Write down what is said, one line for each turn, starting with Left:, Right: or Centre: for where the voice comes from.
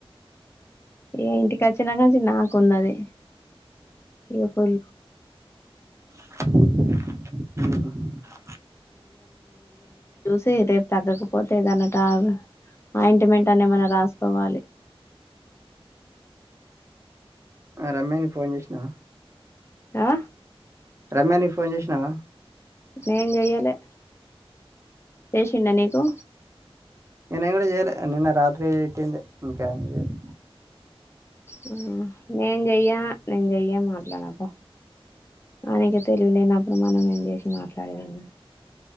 Left: ఇంటికి ఒచ్చినకాంచి నాకున్నది ఇ ఫుల్
Right: <inaudible>
Left: దె రేపు తగ్గకపోతే గనక ఆఇంటిమెంట్ ఏం అన రా సుకోవలె
Right: అ రమ్యని ఫోన్ చేశినవ
Left: ఆ
Right: రమ్య నీక్ ఫోన్ చేసినాధ
Left: నేన్ చెయ్యలె చేశిండ నీకు
Right: నిన్న గుడ చేయలే నిన్న రాత్రి ఏట్టింది ఇంకా ఏం చేయలే
Left: హ నేన్ చెయ్యా నేన్ చెయ్య మాట్లాడపొ ఆయనకె తెలివి లేనప్పుడు మనం ఏం చేసి మాట్లాడేదెది